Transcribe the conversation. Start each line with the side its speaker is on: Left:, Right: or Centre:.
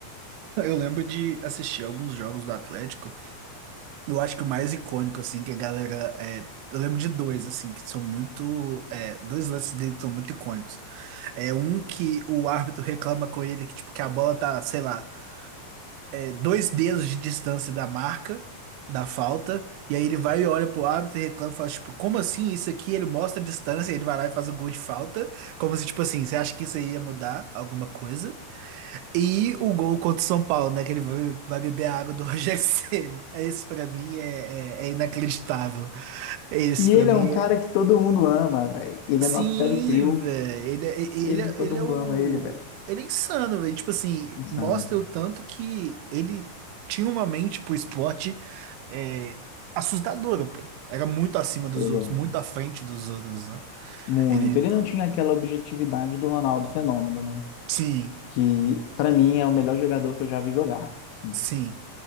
Right: Eu lembro de assistir alguns jogos do Atlético. Eu acho que o mais icônico, assim, que a galera. É, eu lembro de dois, assim, que são muito. é, dois lances dele que são muito icônicos. É um que o árbitro reclama com ele que, tipo, que a bola tá, sei lá, é, dois dedos de distância da marca, da falta. E aí ele vai e olha pro árbitro e reclama e fala, tipo, como assim isso aqui? Ele mostra a distância, ele vai lá e faz o gol de falta. Como se, tipo assim, você acha que isso aí ia mudar alguma coisa? E o gol contra o São Paulo, né? Que ele vai vai beber a água do <laughs> Rogério Ceni. É Esse pra mim é, é, é inacreditável. É Esse
Left: E
Right: pra
Left: ele
Right: mim
Left: é um cara
Right: é...
Left: que todo mundo ama, velho. Ele
Right: Sim,
Left: é nosso Terry Crew.
Right: velho. Ele, é- ele,
Left: Ele,
Right: é-
Left: todo
Right: ele
Left: mundo
Right: é o...
Left: ama ele, velho.
Right: Ele é insano, velho. Tipo assim,
Left: Nossa,
Right: mostra
Left: ama.
Right: o tanto que ele tinha uma mente pro esporte é, assustadora, pô. Era muito acima dos
Left: Ele
Right: outros,
Left: é
Right: muito à frente dos outros, né?
Left: muito.
Right: Ele...
Left: Ele não tinha aquela objetividade do Ronaldo Fenômeno, né?
Right: Sim,
Left: Que, pra mim, é o melhor jogador que eu já vi jogar. assim.
Right: sim.